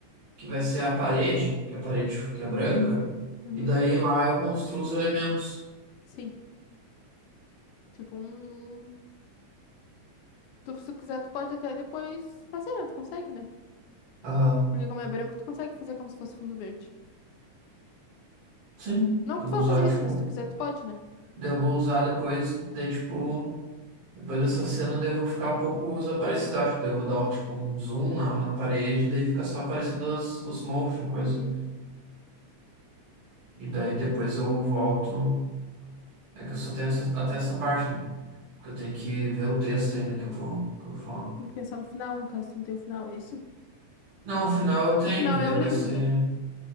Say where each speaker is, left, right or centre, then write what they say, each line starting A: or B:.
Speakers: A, on the right (about 55°); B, on the left (about 85°).
A: que vai ser a parede, que é a parede que é branca.
B: Uhum.
A: E daí lá eu construo os elementos.
B: Sim. Tipo um. Tu, se tu quiser, tu pode até depois fazer, né? tu consegue, né?
A: Aham.
B: Porque como é branco, tu consegue fazer como se fosse fundo verde.
A: Sim.
B: Não
A: Eu
B: que tu
A: vou
B: vá
A: usar,
B: fazer isso,
A: tipo.
B: mas se tu quiser, tu pode, né?
A: Daí eu vou usar depois, daí, tipo. Depois dessa cena, daí eu vou ficar um pouco desaparecido, acho. Daí eu vou dar, tipo, um zoom na, na parede, daí fica só aparecendo as, os morphs e coisa.
B: Uhum.
A: E daí
B: Ah,
A: depois eu volto. É que eu só tenho essa- até essa parte, né? Porque eu tenho que ver o texto ainda que eu vou, que eu vou falar.
B: Tem que pensar no final, no caso, tu não tem o final, é isso?
A: Não, o final eu tenho,
B: O final
A: que daí
B: é o livro,
A: vai ser.
B: né?